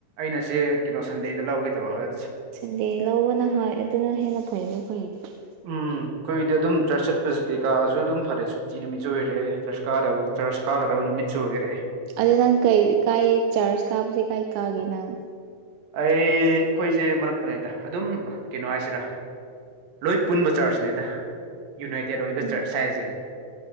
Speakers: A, on the right (about 65°); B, on the right (about 85°).
A: ꯑꯩꯁꯦ ꯀꯩꯅꯣ ꯁꯟꯗꯦꯗ ꯂꯧꯒꯦ ꯇꯧꯔꯒꯥ
B: ꯁꯟꯗ ꯂꯧꯕꯅ ꯍꯣꯏ ꯑꯗꯨꯅ ꯍꯦꯟꯅ ꯐꯩꯅꯦ ꯑꯩꯈꯣꯏꯒꯤꯗꯤ
A: ꯎꯝ ꯑꯩꯈꯣꯏꯒꯤꯗꯤ ꯑꯗꯨꯝ ꯆꯨꯨꯠꯆ ꯔꯁꯕꯤꯀꯥꯁꯨ ꯑꯗꯨꯝ ꯐꯔꯦ ꯁꯨꯇꯤ ꯅꯨꯃꯤꯠꯁꯨꯨ ꯑꯣꯏꯔꯦ ꯆꯔꯆ ꯀꯥꯗꯕ ꯆꯔꯆ ꯀꯥꯒꯗꯕ ꯅꯨꯃꯤꯠꯁꯨ ꯑꯣꯏꯔꯦ
B: ꯑꯗꯨꯗꯤ ꯅꯪ ꯀꯩ ꯀꯥꯏ ꯆꯥꯔꯁ ꯀꯥꯕꯁꯦ ꯀꯥꯏ ꯀꯥꯒꯦ ꯅꯪ
A: ꯑꯩ ꯑꯩꯈꯣꯏꯁꯦ ꯃꯔꯛꯇꯅꯦꯗ ꯑꯗꯨꯝ ꯀꯩꯅꯣ ꯍꯥꯏꯁꯤꯔꯥ ꯂꯣꯏ ꯄꯨꯟꯕ ꯆꯔꯆꯅꯦꯗ ꯌꯨꯅꯥꯏꯇꯦꯠ ꯑꯣꯏꯕ
B: ꯎꯝ
A: ꯆꯔꯆ ꯍꯥꯏꯖꯦ